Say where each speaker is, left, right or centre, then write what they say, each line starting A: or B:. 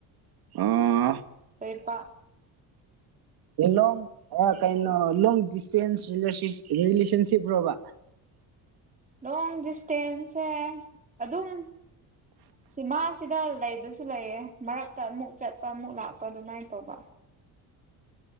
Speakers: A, on the right (about 65°); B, on the right (about 20°).
A: ꯑꯥ
B: ꯐꯔ ꯄ
A: ꯂꯣꯡ
B: ꯊꯦꯡꯅꯗꯦ
A: ꯀꯩꯅꯣ ꯂꯣꯡ ꯗꯤꯁꯇꯦꯟꯁ ꯔꯤꯂꯦꯁꯟꯁꯤꯞ꯭ꯔꯣꯕ
B: ꯂꯣꯡ ꯗꯤꯁꯇꯦꯟꯁꯦ ꯑꯗꯨꯝ ꯁꯤ ꯃꯥꯁꯤꯗ ꯂꯩꯗꯁꯨ ꯂꯩꯌꯦ ꯃꯔꯛꯇ ꯑꯃꯨꯛ ꯆꯠꯄ ꯑꯃꯨꯛ ꯂꯥꯛꯄ ꯑꯗꯨꯃꯥꯏꯅ ꯇꯧꯕ